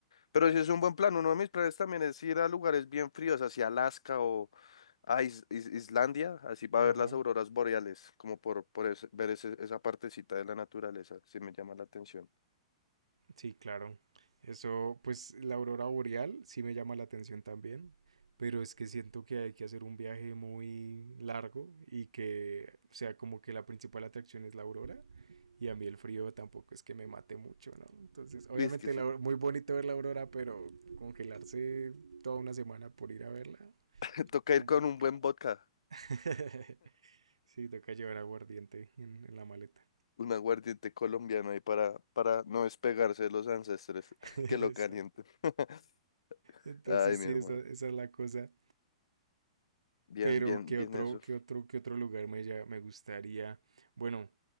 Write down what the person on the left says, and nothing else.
Pero sí es un buen plan. Uno de mis planes también es ir a lugares bien fríos, hacia Alaska o a Is- Is- Islandia, así para
ver las auroras boreales, como por, por ese- ver ese- esa partecita de la naturaleza, sí me llama la atención.
Uy, es que sí,
<laughs> toca
ir con un buen vodka.
Un aguardiente colombiano ahí para, para no despegarse de los ancestres.
<laughs>
Que lo calienten. <laughs>
Ay, mi
hermano.
Bien,
bien,
bien
eso.